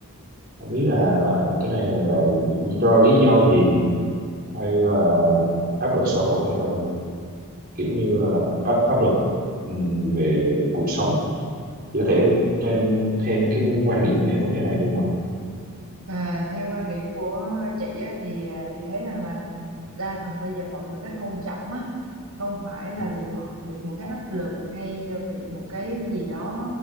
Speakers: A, on the right; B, on the right.
A: Không biết là
B: À,
A: cái này là do lý do gì hay là áp lực xã hội hay là kiểu như là áp áp lực ừm, về cuộc sống. Chị có thể cho em thêm cái quan điểm về vấn đề này được không ạ?
B: à, theo quan điểm của chị á, thì à, chị thấy rằng là ừ, đa phần bây giờ mọi người kết hôn chậm á không phải là
A: Ừ.
B: vì họ bị một cái áp lực hay bị một cái gì đó